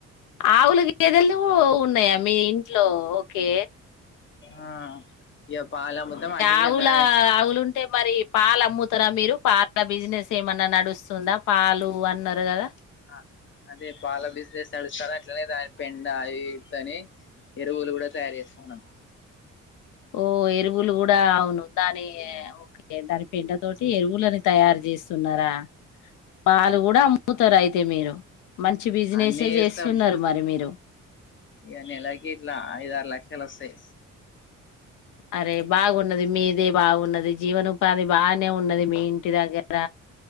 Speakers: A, on the left (about 80°); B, on the left (about 40°).
A: ఆవులు గదలు ఓ ఉన్నాయా మీ ఇంట్లో ఓకే
B: ఆ ఇ పాల అమ్మతముద్ద మాట్
A: ఆవుల
B: మీదా
A: ఆవులుంటే అంటే మరి పాలు అమ్ముతారా మీరు పాల బిజినెస్ ఏమన్నా నడుస్తుందా పాలు అన్నారు కదా
B: ఆ అదే బాల బిజినెస్ నడుస్తాారు అట్లానే పెండతోని ఎరువులు కూడా తయారు చేస్తాను
A: ఓ ఎరువులు కూడా అవును దాని ఓకే దాని పెండ తోటి ఎరువులని తయారు చేస్తున్నారా పాలు కూడా అమ్ముతారు అయితే మీరు మంచి బిజినెసే
B: అన్నీస్తాం
A: చేస్తున్నారు మరి మీరు
B: ఇ నెలాకి ఇట్లా ఐద ఆరు లక్షలు వస్త అ
A: అరే బాగున్నది మీదే బాగున్నది జీవనం అది బాగానే ఉన్నది మెయిన్ ఇంటి దగ్గర